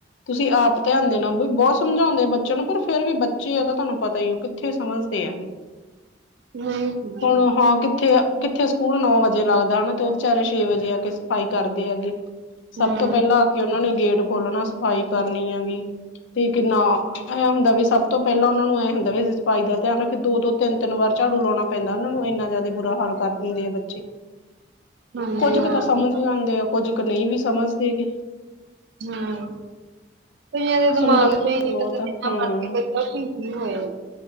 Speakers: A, on the left; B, on the right.
A: ਤੁਸੀਂ ਆਪ ਧਿਆਨ ਦੇਨਾ ਵੀ ਬਹੁਤ ਸਮਝਾਉਂਦੇ ਆ ਬੱਚਿਆਂ ਨੂੰ ਪਰ ਫੇਰ ਵੀ ਬੱਚੇ ਆ ਤਾਂ ਤੁਹਾਨੂੰ ਪਤਾ ਹੀ ਉਹ ਕਿੱਥੇ ਸਮਝਦੇ ਆ ਵੀ।
B: ਨਹੀਂ ਸੁਣਦੇ
A: ਹੁਣ ਹਾਂ ਕਿੱਥੇ, ਕਿੱਥੇ ਸਕੂਲ ਨੌ ਵਜੇ ਲੱਗਦਾ ਹਨਾ ਤੇ ਉਹ ਵਿਚਾਰੇ ਛੇ ਵਜੇ ਆ ਕੇ ਸਫ਼ਾਈ ਕਰਦੇ ਹੈਗੇ। ਸਭ
B: ਹਾਂ
A: ਤੋਂ ਪਹਿਲਾਂ ਆ ਕੇ ਉਹਨਾਂ ਨੇ ਗੇਟ ਖੋਲਣਾ ਸਫ਼ਾਈ ਕਰਨੀ ਹੈਗੀ। ਤੇ ਕਿੰਨਾ, ਇਹ ਹੁੰਦਾ ਵੀ ਸਭ ਤੋਂ ਪਹਿਲਾਂ ਉਹਨਾਂ ਨੂੰ ਆਏ ਹੁੰਦਾ ਵੀ ਸਫਾਹੀ ਦਾ ਧਿਆਨ ਰੱਖੇ ਦੋ-ਦੋ ਤਿੰਨ-ਤਿੰਨ ਵਾਰ ਝਾੜੂ ਲਉਣਾ ਪੈਂਦਾ ਉਹਨਾਂ ਨੂੰ ਐਨਾ ਜਿਆਦਾ ਬੁਰਾ ਹਾਲ ਕਰ ਦਿੰਦੇ ਆ ਬੱਚੇ।
B: ਹਾਂਜੀ
A: ਕੁੱਝ ਕੁ
B: ਹਾਂਜੀ
A: ਤਾਂ ਸਮਝ ਜਾਂਦੇ ਆ ਕੁੱਝ ਕੁ ਨਹੀਂ ਵੀ ਸਮਝਦੇ ਗੇ।
B: ਹਾਂ। ਕਈਆ ਦੇ ਦਿਮਾਗ
A: ਸਮਝਾਉਣਾ
B: 'ਚ ਹੀ ਨੀ
A: ਬਹੁਤ
B: ਪਤਾ
A: ਆ
B: ਜਿੰਨਾ
A: ਹੂੰ
B: ਮਰਜ਼ੀ ਕੋਈ ਢੀਠ ਈ ਹੋਏ ਆ।